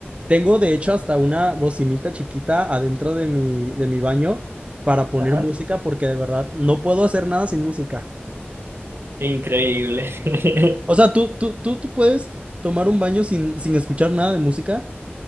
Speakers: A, on the right (about 30°); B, on the right (about 65°).
A: Tengo de hecho hasta una bocinita chiquita adentro de mi, de mi baño para poner
B: Ajá,
A: música porque de verdad no puedo hacer nada sin música.
B: increíble.
A: O
B: <laughs>
A: sea, ¿tú, tú, tú, tú puedes tomar un baño sin, sin escuchar nada de música?